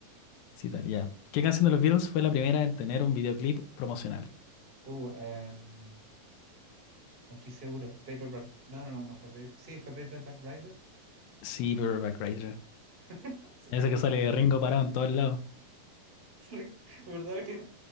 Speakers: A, on the left; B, on the right.
A: Citar, ya. ¿Qué canción de los Beatles fue la primera en tener un videoclip promocional?
B: Uh, em, No estoy seguro. Paperback. No, no, no, no fue Paper- Sí, fue Paperback rider
A: Sí, Paperback Writer.
B: <laughs> Sí,
A: Ese
B: sí.
A: que sale Ringo parado en todos lados.
B: Re- ¿Verdad que no,